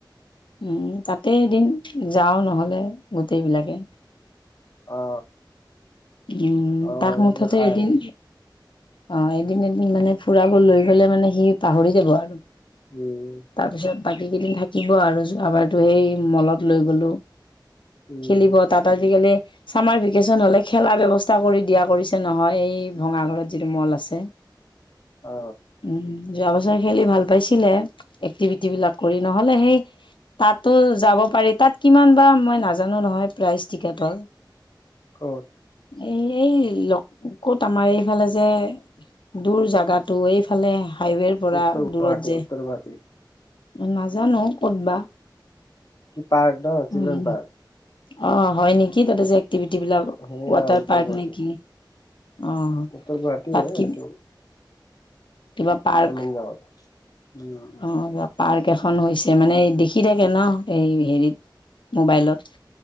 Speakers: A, on the left; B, on the left.
A: উম, তাতে এদিন যাওঁ নহ'লে গোটেইবিলাকে।
B: অ।
A: উম,
B: অ
A: তাক মুঠতে
B: কিবা খাই
A: এদিন
B: আহিল
A: অ এদিন, এদিন মানে ফুৰাব লৈ গলে মানে, সি পাহৰি যাব আৰু।
B: উম
A: তাৰপিছত বাকী কেইদিন থাকিব আৰু, যোৱা বাৰতো সেই মলত লৈ গলো।
B: উম
A: খেলিব তাত আজিকালি চামাৰ ভেকেচন হলে খেলা ব্যৱস্থা কৰি দিয়া কৰিছে নহয়, এই ভঙাঘৰত যিটো মল আছে।
B: অ।
A: উম যোৱা বছৰ খেলি ভাল পাইছিলে, এক্টিভিটি বিলাক কৰি, নহলে সেই তাতো যাব পাৰি, তাত কিমান বা মই নাজানো নহয়। প্ৰাইজ টিকেটৰ
B: অ
A: এই ল ক'ত আমাৰ এইফালে যে, দূৰ জাগাত টো এইফালে হাইৱেৰ পৰা
B: উত্তৰ গুৱাহাটী
A: দূৰত যে।
B: উত্তৰ গুৱাহাটী
A: নাজানো ক'ত বা।
B: কি পাৰ্ক ন, চিলড্ৰেন
A: উম
B: পাৰ্ক?
A: অ হয় নেকি, তাতে যে এক্টিভিট বিলাক
B: সেয়া
A: ৱাটাৰ
B: উত্তৰ
A: পাৰ্ক
B: গুৱাহাটী
A: নিকি। অ
B: উত্তৰ গুৱাহাটীয়ে
A: তাত কি
B: সেইটো
A: কিবা পাৰ্ক
B: আমিন গাঁৱত। উম
A: অ পাৰ্ক এখন হৈছে মানে দেখি থাকে ন এই হেৰিত মোবাইলত।